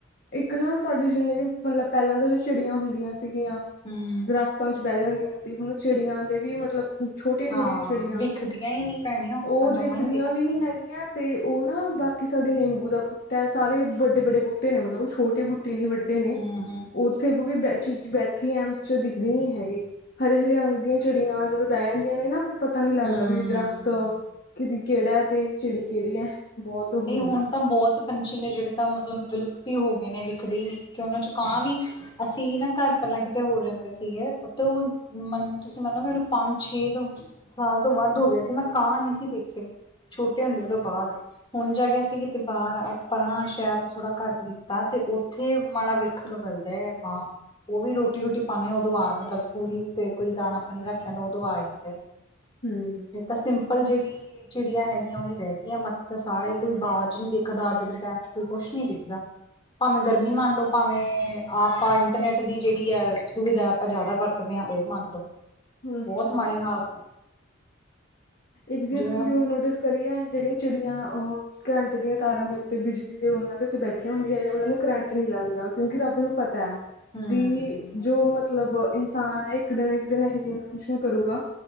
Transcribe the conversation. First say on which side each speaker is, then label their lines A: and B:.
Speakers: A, on the left; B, on the left.
A: ਇੱਕ ਨਾ ਸਾਡੇ ਜਿੰਨੇ ਵੀ, ਮਤਲਬ ਪਹਿਲਾਂ ਤਾਂ ਜੋ ਚਿੜੀਆਂ ਹੁੰਦੀਆਂ ਸੀ। ਸੀਗੀਆਂ
B: ਹਮ
A: ਦਰਖਤਾਂ ਚ ਬਹਿ ਜਾਂਦੀਆਂ ਸੀ ਹੁਣ ਚਿੜੀਆਂ ਦੇ ਵੀ ਮਤਲਬ। ਛੋਟੀਆਂ
B: ਹਾਂ
A: ਛੋਟੀਆਂ ਚਿੜੀਆਂ
B: ਵਿਖਦੀਆਂ ਹੀ ਨੀ ਭੈਣੇ ਹੁਣ
A: ਉਹ
B: ਤਾਂ ਜਮਾ
A: ਦਿਖਦੀਆਂ
B: ਨੀ
A: ਵੀ ਨਹੀਂ ਹੈਗੀਆਂ। ਤੇ ਉਹ ਨਾ ਬਾਕੀ ਸਾਡੇ ਨਿੰਬੂ ਦਾ ਬੂਟਾ ਸਾਰੇ ਵੱਡੇ ਵੱਡੇ ਬੂਟੇ। ਨੇ ਮਤਲਬ ਉਹ ਛੋਟੇ ਬੂਟੇ ਨੀ ਵੱਡੇ ਨੇ,
B: ਹਮ ਹਮ
A: ਉਹ ਉੱਥੇ ਵੀ ਬ ਚੀ ਬੈਠੀ ਆ। ਚ ਦਿਖਦੇ ਨੀ ਹੈਗੇ, ਹਰੇ ਹਰੇ ਰੰਗ ਦੀਆਂ ਚਿੜੀਆਂ ਜਦੋਂ ਬੈ ਜਾਂਦੀਆਂ ਨੇ ਨਾ ਫਿਰ। ਪਤਾ ਨੀ ਲੱਗਦਾ
B: ਹਮ
A: ਵੀ ਦਰਖਤ ਕਿ ਕਿਹੜਾ ਹੈ ਤੇ ਚਿੜੀ ਕਿਹੜੀ ਹੈ। ਬਹੁਤ ਹੁੰਦਾ
B: ਨਹੀਂ ਹੁਣ ਤਾਂ ਬਹੁਤ। ਪੰਛੀ ਨੇ ਜਿਹੜੇ ਤਾਂ ਮਤਲਬ ਵਿਲੁਪਤ ਈ ਹੋ ਗਏ ਨੇ ਵਿਖਦੇ ਹੀ ਨਹੀਂ ਕਿਉਂਕਿ ਉਹਨਾਂ ਚ ਕਾਂ ਵੀ। ਅਸੀਂ ਨਾ ਘਰ ਪਹਿਲਾਂ ਕਿਤੇ ਹੋਰ ਰਹਿੰਦੇ ਸੀਗੇ ਉਥੇ ਉਹ ਮਨ ਤੁਸੀਂ ਮੰਨੋਗੇ ਕਿ ਮਨੂੰ ਪੰਜ ਛੇ ਦਵ ਸਾਲ ਤੋਂ ਵੱਧ ਹੋ ਗਿਆ ਸੀ ਮੈਂ ਕਾਂ ਨਹੀਂ ਸੀ ਦੇਖੇ ਛੋਟੇ ਹੁੰਦੇ ਤੋਂ ਬਾਅਦ। ਹੁਣ ਜਾ ਕੇ ਅਸੀ ਕਿਤੇ ਬਾਹਰ ਆਪਣਾ ਸ਼ਹਿਰ ਤੋਂ ਥੋੜਾ ਕਰ ਲਿਤਾ ਤੇ ਉੱਥੇ ਮਾੜਾ ਵੇਖ। ਤੁਹਾਨੂੰ ਪਤਾ ਏ ਕਾਂ। ਉਹ ਵੀ ਰੋਟੀ ਰੂਟੀ ਪਾਉਂਦੇ ਉਦੋਂ ਆ ਮਤਲਬ ਪੂਰੀ ਤੇ ਕੋਈ ਦਾਣਾ ਪਾਣੀ ਰੱਖ ਆਂਦਾ ਉਦੋਂ ਆ ਜਾਂ।
A: ਹਮ।
B: ਤਾਂ ਸਿੰਪਲ ਜਿਹੜੀ ਚਿੜੀਆਂ ਹੈਗੀਆਂ ਉਹੀ ਰਹਿ ਗਈਆਂ ਬਾਕੀ ਤੇ ਤਾਂ ਸਾਰੇ ਕੋਈ ਬਾਜ਼ ਨੀ ਦੇਖਦਾ ਅੱਜ ਦੇ ਟਾਈਮ ਚ ਕੋਈ ਕੁਛ ਨੀ ਦਿਖਦਾ, ਭਾਵੇਂ ਗਰਮੀ ਮੰਨ ਲਓ। ਭਾਵੇਂ ਆਪਾਂ ਇੰਟਰਨੈਟ ਦੀ ਜਿਹੜੀ ਹੈ ਸੁਵਿਧਾ ਆਪਾਂ ਜ਼ਿਆਦਾ ਵਰਤਦੇ ਹਾਂ ਉਹ ਮੰਨ ਲਓ।
A: ਹੂੰ
B: ਬਹੁਤ
A: ਅੱਛਾ
B: ਮਾੜੇ ਹਾਲ ਨੇ।
A: ਇੱਕ ਜੀਜ਼
B: ਜਿਵੇਂ
A: ਤੁਸੀਂ
B: ਹਾਂ
A: ਉਹ ਨੋਟਿਸ ਕਰੀਏ ਜਿਹੜੀਆਂ ਚਿੜੀਆਂ ਉਹ ਕਰੰਟ ਦੀਆਂ ਤਾਰਾਂ ਦੇ ਉੱਤੇ। ਤੇ ਬਿਜਲੀ ਦੇ ਉਹਨਾਂ ਦੇ ਉੱਤੇ ਬੈਠੀਆਂ ਹੁੰਦੀਆਂ ਨੇ ਉਹਨਾਂ ਨੂੰ ਕਰੰਟ ਨਹੀਂ ਲੱਗਦਾ ਕਿਉਂਕਿ ਰੱਬ ਨੂੰ ਪਤਾ।
B: ਹਮ
A: ਵੀ ਜੋ ਮਤ। ਮਤਲਬ ਇਨਸਾਨ ਹੈ, ਇੱਕ ਦਿਨ- ਇੱਕ ਦਿਨ, ਇਹੋ ਜਿਹੀ ਇਨਵੈਂਸ਼ਨਾਂ ਕਰੂਗਾ